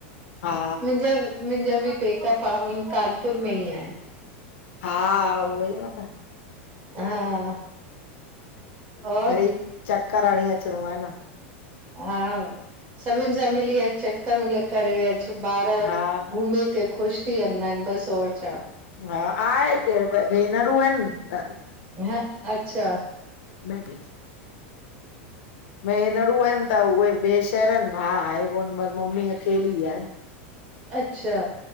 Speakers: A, on the left; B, on the right.
A: हा
B: मुंजा मुंजा बि पेका, प कानपुर में ई एन।
A: हा, उहोई न त।
B: हा और
A: मिरई चकर हणी अचणो, आहे न।
B: हा, सभिन सां मिली अच। त मिली करे अच, ॿार
A: हा
B: घुमी करे ख़ुश थी वेंदा इन, बस और छा?
A: हा, आहे केर, ॿ भेनरूं एन, त
B: ह अच्छा
A: मे, बि, भेनरूं एन। त उहे, ॿे शहर एन, भाउ आहे कोन, बस मम्मी अकेली आहे।
B: अच्छा,